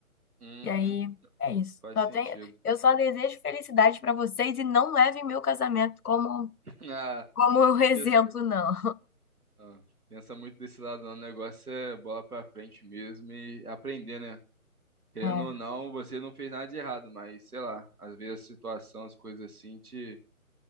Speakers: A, on the right (about 85°); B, on the left (about 80°).
A: uhum,
B: E aí é isso.
A: faz
B: Só
A: sentido.
B: tenho, eu só desejo felicidade para vocês e não levem meu casamento como
A: <laughs> Ah,
B: como um
A: é
B: <laughs> exemplo,
A: que,
B: não.
A: ah, pensa muito desse lado, não. O negócio é bola pra frente mesmo e aprender, né? Querendo
B: É,
A: ou não, você não fez nada de errado, mas sei lá, às vezes a situação, as coisas assim te,